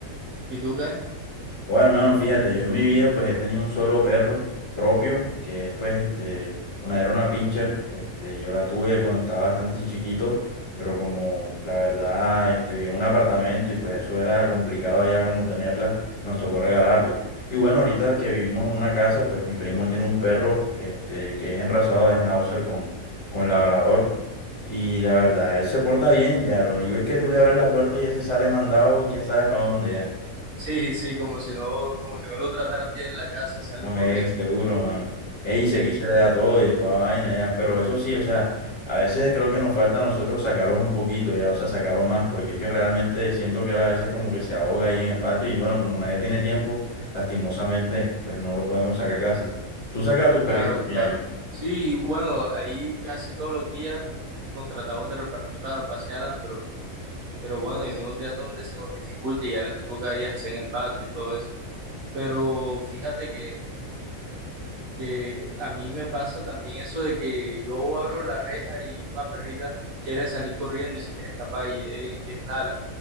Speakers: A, on the right; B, on the left.
A: ¿Y tú qué?
B: Bueno, hermano, fíjate, yo en mi vida pues he tenido un solo perro propio, que es pues este, una era una pincher, este, yo la tuve cuando estaba bastante chi- chiquito, pero como la verdad, este, vivía en un apartamento y pues eso era complicado ya como tenerla, nos tocó regalarla. Y bueno, ahorita que vivimos en una casa, pues mi primo tiene un perro, este, que es enrasado de Schnauzer con, con labrador. Y la verdad, él se porta bien, ya, lo único es que tú le abres la puerta y ese sale mandado, quién sabe para dónde ya.
A: Sí, sí, como si no, como si no lo trataran bien en la casa, salen
B: No me
A: corriendo.
B: digas, seguro, mano. Ey,
A: Sí,
B: si aquí se le da todo y de toda vaina, ya. Pero eso sí, o sea, a veces creo que nos falta a nosotros sacarlos un poquito, ya, o sea, sacarlo más, porque es que realmente siento que él a veces como que se ahoga ahí en el patio y bueno, como nadie tiene tiempo, lastimosamente, pues no lo podemos sacar casi. Tú sacas a tus
A: claro,
B: perritos
A: claro.
B: diario.
A: Sí, bueno, ahí casi todos los días nos tratamos de repartir para pasearlas, pero, pero bueno, hay unos días donde se nos dificulta y ya les toca a ellas hacer en el patio y todo eso. Pero fíjate que, que a mí me pasa también eso de que yo abro la reja y una perrita quiere salir corriendo y se quiere escapar y es, es nada.